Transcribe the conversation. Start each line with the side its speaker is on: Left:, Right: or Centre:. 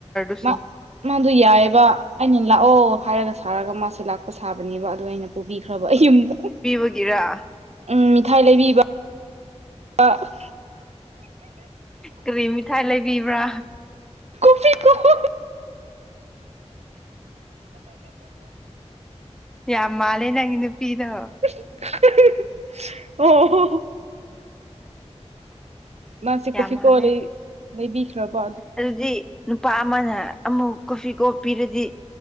Centre: ꯁ
Right: ꯃꯥ ꯃꯥꯗꯣ ꯌꯥꯏꯑꯕ ꯑꯩꯅ ꯂꯥꯛꯑꯣ ꯍꯥꯏꯔꯒ ꯁꯥꯔꯒ ꯃꯥꯁꯨ ꯂꯥꯛꯄ ꯁꯥꯕꯅꯦꯕ ꯑꯗꯨ ꯑꯩꯅ ꯄꯨꯕꯤꯈ꯭ꯔꯕ ꯑꯌꯨꯝꯗꯪ
Centre: ꯑꯣꯏꯒꯦꯔ
Right: ꯎꯝ ꯃꯤꯊꯥꯏ ꯂꯩꯕꯤꯕ ꯑ
Centre: ꯀꯔꯤ ꯃꯤꯊꯥꯏ ꯂꯩꯕꯤꯕ꯭ꯔꯥ
Right: ꯍꯨ
Centre: ꯌꯥꯝ ꯃꯥꯜꯂꯦ ꯅꯪꯒꯤ ꯅꯨꯄꯤꯗꯣ
Right: <inaudible> <unintelligible> ꯑꯣ ꯃꯥꯁꯤ ꯀꯣꯐꯤ
Centre: ꯌꯥꯝ ꯃꯥꯜꯂꯦ
Right: ꯀꯣ ꯂꯩ ꯂꯩꯕꯕꯤꯈꯅ ꯄ
Centre: ꯑꯗꯨꯗꯤ ꯅꯨꯄꯥ ꯑꯃꯅ ꯑꯃꯨꯛ ꯀꯣꯐꯤ ꯀꯣꯞ ꯄꯤꯔꯗꯤ